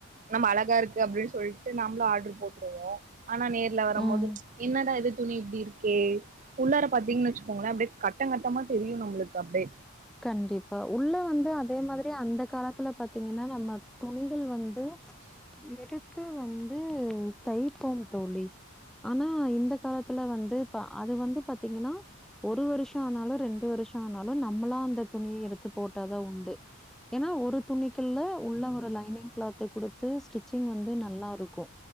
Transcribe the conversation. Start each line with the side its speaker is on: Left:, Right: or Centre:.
Right: நம்ம அழகா இருக்கு அப்படின்னு சொல்லிட்டு நம்மளும் ஆர்டரு போட்டுருவோம் ஆனா கிழ வரம்மோது
Centre: ம்.
Right: என்னடா இது துணி இப்டி இருக்கே உள்ளார பாத்தீங்கன்னு வெச்சுக்கோங்களே அப்புடே கட்டங்க கட்டமா தெரியு நம்புளுக்கு அப்டே
Centre: கண்டிப்பா உள்ள வந்து அதே மாதுரி அந்த காலத்துல பாத்தீங்கன்னா நம்ம துணிகள் வந் து எடுத்து வந்து தைப்போம் தோழி ஆனா இந்த காலத்துல வந்து ப அது வந்து பாத்தீங்கன்னா ஒரு வருஷோ ஆனாலு ரெண்டு வருஷோ ஆனாலு ந ம்பலா அந்த துணி எடுத்து போட்டாதா உண்டு ஏன்னா ஒரு துணிகள்ல உள்ள ஒரு லைனிங் க்ளாத்து குடுத்து ஸ்டிச்சிங் வந்து நல்லாருக்கு